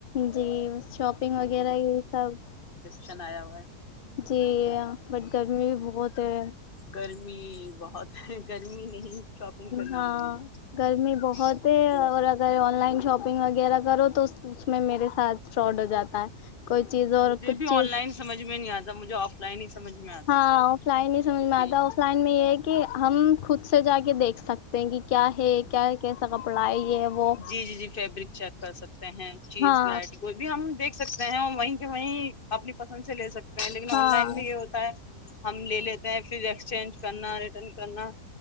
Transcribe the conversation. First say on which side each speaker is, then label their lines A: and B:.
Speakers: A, on the left; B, on the left.
A: جی شاپنگ وغیرہ یہی سب
B: شن آیا ہوا ہے
A: جی یہ بٹ گرمی بھی بہت ہے
B: گرمی بہت گرمی نہیں شاپنگ کرنے
A: ہاں
B: دے رہی
A: گرمی بہت
B: ہے
A: ہی
B: جی
A: اگر
B: جی
A: آنلائن شاپ شپنگ وغیرہ کرو تو اس میں میرے ساتھ فراڈ جاتا ہے کوئی چیز اور
B: مجھے
A: کچھ
B: بھی
A: چیز
B: آن لائن سمجھ میں نہیں آتا مجھے آف لائن سمجھ میں آتا
A: ہاں آف لائن ہی سمجھ
B: ہے
A: میں آتا
B: جی
A: آف لائن میں یہ ہے کہ ہم خود اس سے جا کے دیکھ سکتے ہیں کہ کیا ہے کیا کیسا کپڑا ہے یہ وہ
B: جی جی جی فیبرک چیک کر سکتے ہیں چیز
A: ہاں
B: وورائٹی کوئی بھی ہم دیکھ سکتے ہیں اور وہیں کہ وہیں اپنی پسند سے لے سکتے لیکن
A: ہاں
B: آن لائن میں یہ ہوتا ہے ہم لے لیتے ہیں پھر ایکسچینج کرنا ریٹرن کرنا